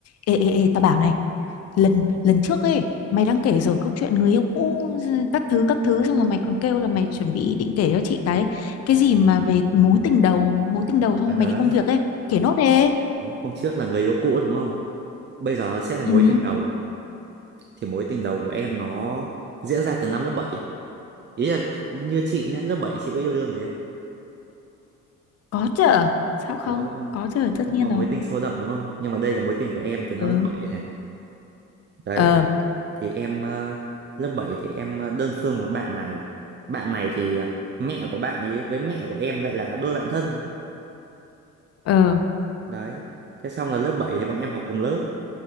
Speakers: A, on the left; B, on the right.
A: Ê, ê, ê, tao bảo này lần lần trước ấy mày đang kể rồi câu chuyện người yêu cũ ừ, các thứ các thứ xong rồi mày còn kêu là mày chuẩn bị định kể cho chị cái cái gì mà về mối tình đầu mối tình đầu xong
B: Và
A: rồi
B: đấy,
A: mày đi công việc ấy kể nốt đi
B: hôm trước là người yêu cũ đúng không? Bây giờ sẽ là mối
A: ừ
B: tình đầu. Thì mối tình đầu của em nó diễn ra từ năm lớp bảy Ý là như chị nhá, lớp 7 chị có yêu đương gì không?
A: có chứ sao không
B: Có đúng không?
A: có chứ tất
B: Không
A: nhiên
B: có
A: rồi
B: mối tình sâu đậm đúng không? Nhưng mà đây là mối tình của em từ năm
A: ừ
B: lớp 7 này. Đấy,
A: ờ
B: thì em ờ, lớp 7 thì em ờ, đơn phương một bạn này. Bạn này thì ờ, mẹ của bạn ấy với mẹ của em lại là đôi bạn thân.
A: ờ
B: Đấy. Thế xong là lớp 7 thì bọn em học cùng lớp.